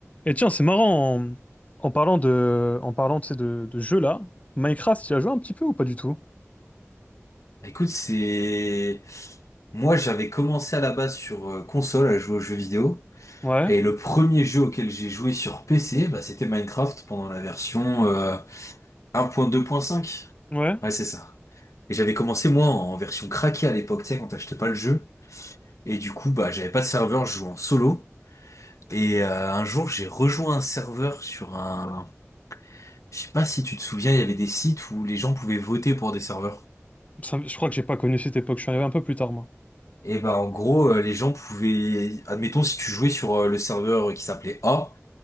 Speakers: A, on the left; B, on the left.
A: Et tiens, c'est marrant, en, en parlant de, en parlant, tu sais, de, de jeux là, Minecraft, tu y as joué un petit peu ou pas du tout?
B: Bah, Écoute, c'est... Moi, j'avais commencé à la base sur euh, console à jouer aux jeux vidéo.
A: Ouais,
B: Et le premier jeu auquel j'ai joué sur PC, bah, c'était Minecraft pendant la version euh, 1.2.5.
A: ouais.
B: Ouais, c'est ça. Et j'avais commencé, moi, en version craquée à l'époque, tu sais, quand t'achetais pas le jeu. Et du coup, bah, j'avais pas de serveur, je jouais en solo. Et euh, un jour, j'ai rejoint un serveur sur un... Je sais pas si tu te souviens, il y avait des sites où les gens pouvaient voter pour des serveurs.
A: Ça- je crois que j'ai pas connu cette époque, je suis arrivé un peu plus tard, moi.
B: Et ben en gros, euh, les gens pouvaient, admettons, si tu jouais sur euh, le serveur euh, qui s'appelait A,